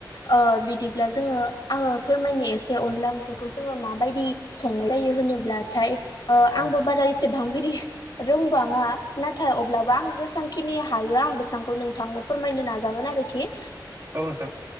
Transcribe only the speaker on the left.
ओ बिदिब्ला जोङो आङो फोरमायनो एसे अनला ओंख्रिखौ जोङो माबायदि संनाय जायो होनोब्लाथाय ओ
आंबो बारा एसेबां बिदि रोंबाङा नाथाय अब्लाबो आं जे सेबांखिनि हायो आं बेसेबांखौ नोंथांनो फोरमायनो नाजागोन आरोखि